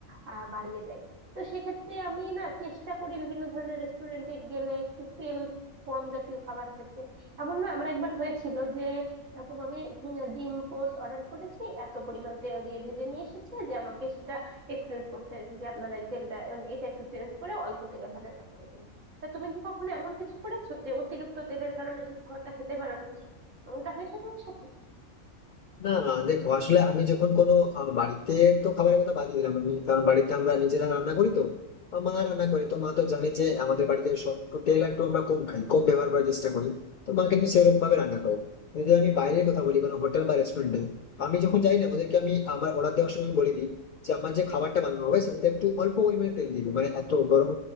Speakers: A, on the right; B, on the left.
A: আহ, বাড়িয়ে দেয় তো সেক্ষেত্রে আমি না চেষ্টা করি বিভিন্ন ধরনের রেস্টুরেন্টে গেলে একটু তেল কম জাতীয় খাবার খেতে এমন না আমার একবার হয়েছিল যে এরকম আমি উম, ডিম পোস্ট অর্ডার করেছি এত পরিমাণ তেল দিয়ে ভেজে নিয়ে এসেছে যে আমাকে সেটা এক্সচেঞ্জ করতে হয়েছে যে আপনারা এই তেলটা মানে এটা একটু চেঞ্জ করে অল্প তেলে ভাজাটা করে দিন তা তুমি কি কখনো এমন কিছু করেছো যে অতিরিক্ত তেলের কারণে সেই খাবারটা খেতে পারোনি এমনটা হয়েছে তোমার সাথে
B: না না দেখো আসলে আমি যখন কোনো আহ, বাড়িতে তো খাবারের কথা বাদ দিলাম আমি কারণ বাড়িতে আমরা নিজেরা রান্না করি তো আমার মা রান্না করে তো মা তো জানে যে আমাদের বাড়িতে সব একটু তেল একটু আমরা কম খাই কম ব্যবহার করার চেষ্টা করি তো মা কিন্তু সেরকম ভাবে রান্না করো যদি আমি বাইরের কথা বলি কোনো হোটেল বা রেস্টুরেন্টে আমি যখন যাই না ওদেরকে আমি আমার অর্ডার দেওয়ার সময় আমি বলে দিই যে আমার যে খাবারটা বানানো হবে সেটাতে একটু অল্প পরিমাণে তেল দিবে মানে এত গরম